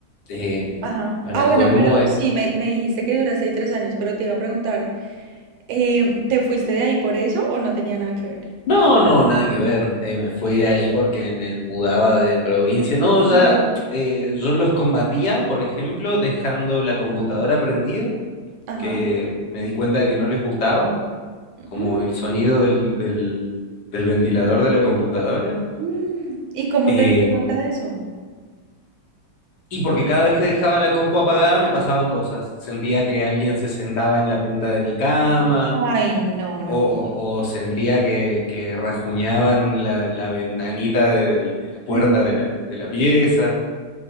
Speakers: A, on the left; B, on the right.
A: eh,
B: Ajá.
A: para
B: Ah, bueno,
A: colmo,
B: pero
A: eh,
B: sí, me, me dijiste que duraste ahí tres años, pero te iba a preguntar, eh, ¿te fuiste de ahí por eso o no tenía nada que ver?
A: no, no, nada que ver. eh, me fui de ahí porque me mudaba de provincia. No, ya
B: Mm.
A: eh, yo los combatía, por ejemplo, dejando la computadora prendida,
B: Ajá.
A: que me di cuenta de que no les gustaba,
B: Mm,
A: como el sonido del, del, del ventilador de la computadora.
B: mm. ¿Y cómo
A: Eh,
B: te diste cuenta de eso?
A: Y porque cada vez que dejaba la compu apagada me pasaban cosas. Sentía que alguien se sentaba en la punta de mi cama,
B: Oh, Ay, no, no
A: o,
B: me.
A: o sentía que, que rajuñaban la, la ventanita de, de la puerta
B: Mm,
A: de la, de la pieza.